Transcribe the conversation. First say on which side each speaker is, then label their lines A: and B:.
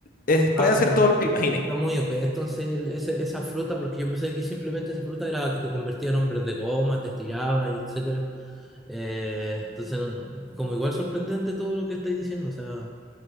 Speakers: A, on the left; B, in the centre.
A: es- puede
B: Ah,
A: hacer
B: entonces,
A: todo lo que imagine.
B: está muy OP, entonces el- ese- esa fruta, porque yo pensé que simplemente esa fruta era que te convertía en hombres de goma, te estiraba, y etcétera. Eh, entonces, no- no, como igual sorprendente todo lo que estáis diciendo, o sea,